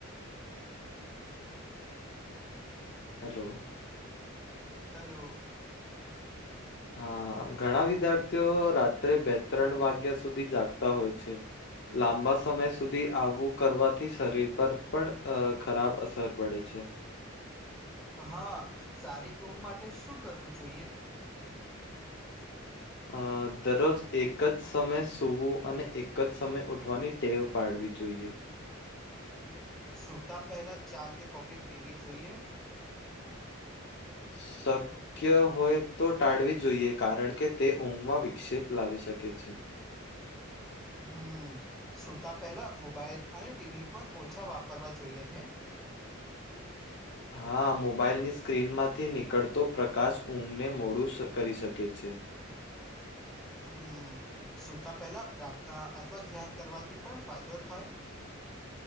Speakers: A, on the left; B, in the centre.
A: હેલો.
B: હેલો.
A: હા ઘણા વિદ્યાર્થીઓ રાત્રે બે ત્રણ વાગ્યા સુધી જાગતા હોય છે. લાંબા સમય સુધી આવું કરવાથી શરીર પર પણ અ ખરાબ અસર પડે છે.
B: હા સારી એં માટે શું કરવું જોઈએ.
A: અ દરરોજ એક જ સમય સૂવું અને એક જ સમય ઉઠવાની ટેવ પાડવી જોઈએ.
B: સુતા પહેલા ચા કે કોફી પીવી જોઈએ.
A: સત શક્ય હોય તો ટાળવી જોઈએ કારણ કે તે ઊંઘમાં વિક્ષેપ લાવી શકે છે.
B: હમ્મ સુતા પહેલા મોબાઈલ અને ટીવી પણ ઓછા વાપરવા જોઈએ ને.
A: હા મોબાઈલની સ્ક્રીન માંથી નીકળતો પ્રકાશ ઊંઘને મોડું કરી શકે છે.
B: હમ્મ સુતા પેલા પ્રાર્થના અથવા ધ્યાન કરવાથી પણ ફાયદો થાય.